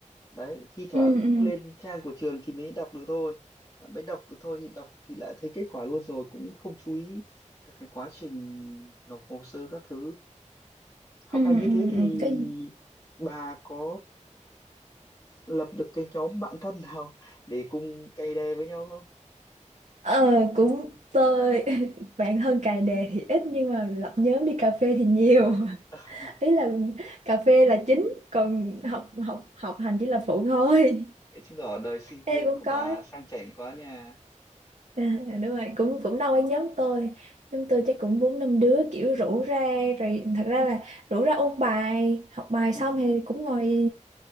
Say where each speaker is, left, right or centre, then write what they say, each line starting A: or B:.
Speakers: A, on the left (about 25°); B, on the right (about 60°).
A: đấy thi thoảng
B: ừ ừ
A: cũng
B: ừ
A: lên trang của trường thì mới đọc được thôi À, mới đọc được thôi thì đọc thì lại thấy kết quả luôn rồi cũng không chú ý được cái quá trình nộp hồ sơ các thứ học
B: ừ
A: hành như
B: ừ
A: thế thì
B: ừ. cái gì
A: bà có lập được cái nhóm bạn thân nào để cùng cày đè với nhau không?
B: ờ cũng tôi bạn thân cài đề thì ít nhưng mà lập nhóm đi cà phê thì nhiều <laughs>
A: <laughs>
B: ý là cà phê là chính còn học học học hành chỉ là phụ thôi
A: Thế chứng tỏ đời sinh
B: em
A: viên
B: cũng
A: của bà
B: có
A: sang chảnh quá nha.
B: <laughs> à, đúng rồi cũng cũng đâu ở nhóm tôi nhóm tôi chắc cũng bốn năm đứa kiểu rủ ra rồi thật ra là rủ ra ôn bài học bài
A: Ừ.
B: xong thì cũng ngồi